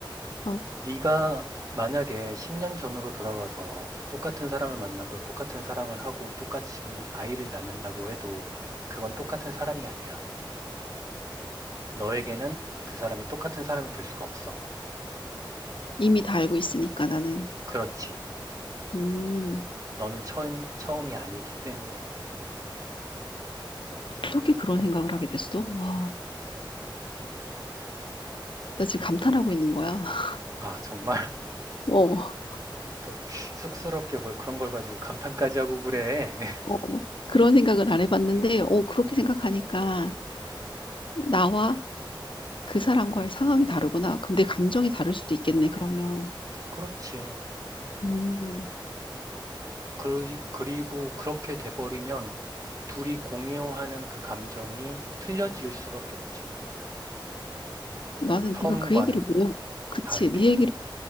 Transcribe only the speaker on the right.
네가 만약에 10년 전으로 돌아가서 똑같은 사람을 만나서 똑같은 사랑을 하고 똑같은 아이를 낳는다고 해도 그건 똑같은 사람이 아니야. 너에게는 그 사람이 똑같은 사람이 될 수가 없어.
그렇지.
너는 처음, 처음이 아니기 때문에.
음.
아, 정말. <laughs>
어, 또 쑥스럽게 뭘 그런 걸 가지고 감탄까지 하고 그래. <laughs>
어,
그렇지.
그리, 그리고 그렇게 돼버리면 둘이 공유하는 그 감정이 틀려질 수밖에 없지.
처음과는
다르게.